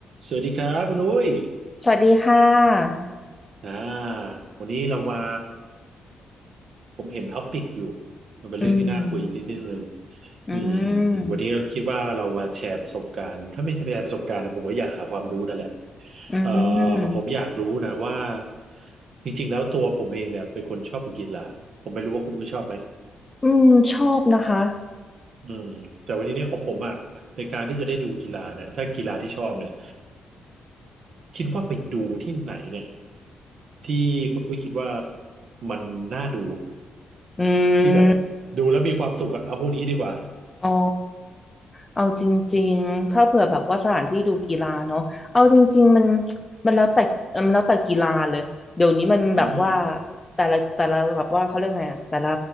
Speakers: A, on the right (about 65°); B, on the left (about 25°).
A: สวัสดีครับคุณอุ้ย
B: สวัสดีค่ะ
A: อ่าวันนี้เรามาผมเห็นท็อปิกอยู่มันเป็นเรื่องที่น่าคุยนิดนึง
B: อืม อืม
A: อืมวันนี้เราคิดว่าเรามาแชร์ประสบการณ์ถ้าไม่แชร์ประสบการณ์นะผมก็อยากหาความรู้นั่นแหละ
B: อืม
A: เอ่อผมอยากรู้นะว่าจริงๆแล้วตัวผมเองเนี่ยเป็นคนชอบดูกีฬาผมไม่รู้ว่าคุณอุ้ยชอบไหม
B: อืมชอบนะคะ
A: อืมแต่วันนี้เนี่ยของผมอ่ะในการที่จะได้ดูกีฬาเนี่ยถ้ากีฬาที่ชอบเนี่ยคิดว่าไปดูที่ไหนเนี่ยที่คุณอุ้ยคิดว่ามันน่าดู
B: อื
A: ที่แบบ
B: ม
A: ดูแล้วมีความสุขอะเอาพวกนี้ดีกว่า
B: อ๋อเอาจริงๆ ถ้าเผื่อแบบว่าสถานที่ดูกีฬาเนาะเอาจริงๆมันมันแล้วแต่เอ่อมันแล้วแต่กีฬาเลยเดี๋ยวนี้มันแบบว่า
A: อืม
B: แต่ละแต่ละแบบว่าเขาเรียกไงอะแต่ละ